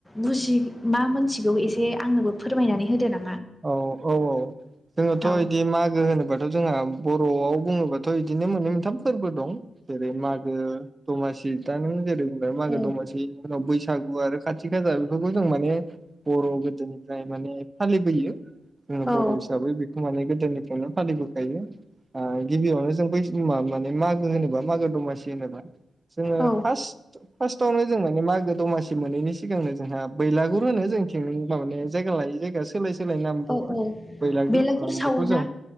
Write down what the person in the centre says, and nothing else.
बुजि मा मोनथिगौ एसे आंनोबो फोरमायनानै होदो ना
औ
औ
औ
औ
औ औ
बेलागुर सावोना